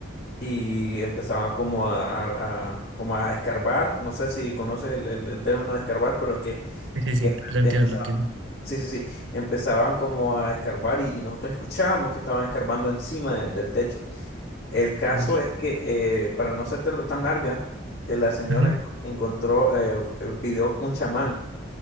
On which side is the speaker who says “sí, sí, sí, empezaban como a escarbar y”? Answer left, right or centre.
Left